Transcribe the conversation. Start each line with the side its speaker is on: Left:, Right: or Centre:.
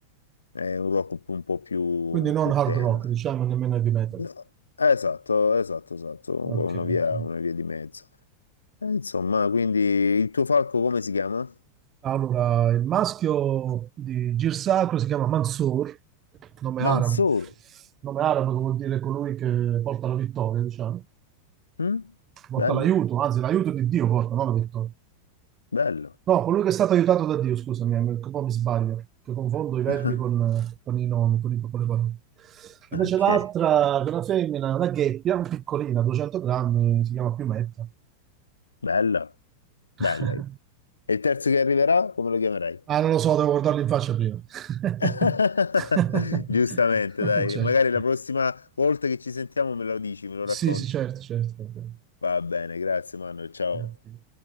Left: è un rock un po' più,
Right: Quindi non
Left: più
Right: hard
Left: tenero.
Right: rock, diciamo nemmeno heavy metal.
Left: No, Esatto, esatto, esatto,
Right: Ok,
Left: con una via,
Right: ok.
Left: una via di mezzo. Eh, Insomma, quindi il tuo falco come si chiama?
Right: Allora, il maschio di Girsacro si chiama Mansour, nome
Left: Mansoor.
Right: arabo. Nome arabo che vuol dire colui che porta la vittoria, diciamo.
Left: Mm?
Right: porta
Left: Bello,
Right: l'aiuto, anzi l'aiuto di Dio porta, non la vittoria.
Left: bello.
Right: No, colui che è stato aiutato da Dio, scusami, un po' mi sbaglio, che confondo i verbi
Left: <laughs>
Right: con, con i nomi, con, i, con le parole. Invece
Left: Ok,
Right: l'altra, che è una femmina, una gheppia, un piccolina, 200 grammi, si chiama Piumetta.
Left: bello, bello.
Right: <laughs>
Left: E il terzo che arriverà, come lo chiamerai?
Right: Ah, non lo so, devo guardarlo in faccia prima. <laughs>
Left: <laughs> Giustamente, dai,
Right: Certo.
Left: magari la prossima volta che ci sentiamo me lo dici, me lo
Right: Sì,
Left: racconti.
Right: sì, certo, certo. va bene.
Left: Va bene, grazie, Manuel, ciao.
Right: Grazie.